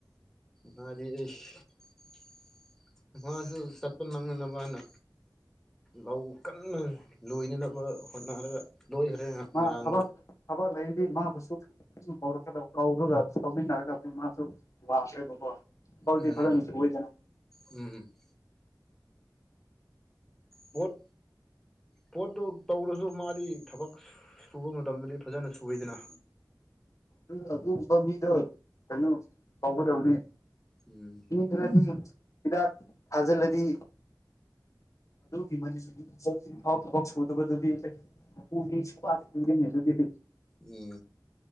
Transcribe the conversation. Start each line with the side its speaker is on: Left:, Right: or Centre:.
Centre: ꯃꯥꯗꯤ ꯑꯩꯁ ꯃꯥꯁꯨ ꯆꯠꯄꯜ ꯃꯒꯅꯥꯕꯅ ꯂꯧ ꯀꯟꯅ ꯂꯣꯏꯅꯅꯕ ꯍꯣꯠꯅꯔꯒ ꯂꯣꯏꯈ꯭ꯔꯦ
Left: ꯃꯥ
Centre: ꯉꯔꯥꯡꯗꯣ
Left: ꯊꯕꯛ ꯊꯕꯛ ꯂꯩꯔꯤ ꯃꯥꯕꯨꯁꯨ ꯀꯧꯔꯀꯗꯧ ꯀꯧꯔꯥꯒ ꯇꯧꯃꯤꯟꯅꯒꯗꯕꯗꯤ ꯃꯥꯁꯨ ꯋꯥꯈ꯭ꯔꯦꯕꯀꯣ <unintelligible>
Centre: ꯎꯝ
Left: ꯑꯣꯏꯗꯅ
Centre: ꯎꯝ ꯋꯠ ꯄꯣꯠꯇꯣ ꯇꯧꯔꯁꯨ ꯃꯥꯗꯤ ꯊꯕꯛ ꯁꯨꯕ ꯃꯇꯝꯗꯗꯤ ꯐꯖꯅ ꯁꯨꯏꯗꯅ
Left: ꯎꯝ ꯑꯗꯨꯒꯨꯝꯕ ꯃꯤꯗꯔ ꯀꯩꯅꯣ ꯇꯥꯎꯒꯗꯕꯅꯤ
Centre: ꯎꯝ
Left: ꯈꯔꯥꯅꯤ ꯍꯤꯗꯥꯛ ꯊꯥꯖꯤꯜꯂꯗꯤ ꯑꯗꯨꯒꯤ <unintelligible> ꯆꯥꯍꯤꯄꯐꯥꯎ ꯊꯕꯛ ꯁꯨꯗꯕꯥꯗꯨꯗꯤ <unintelligible>
Centre: ꯃꯤ